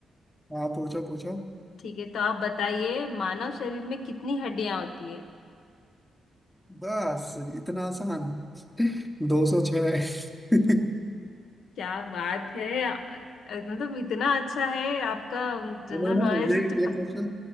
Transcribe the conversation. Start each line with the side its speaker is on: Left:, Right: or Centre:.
Centre: हाँ पूछो पूछो
Left: ठीक है तो आप बताइए मानव शरीर में कितनी हड्डियां होती है
Centre: बस इतना आसान दो सौ छह <laughs>
Left: क्या बात है अ- मतलब इतना अच्छा है आपका जनरल
Centre: बोलो
Left: नॉलेज
Centre: ना ये
Left: मुझे
Centre: ये क्वेश्चन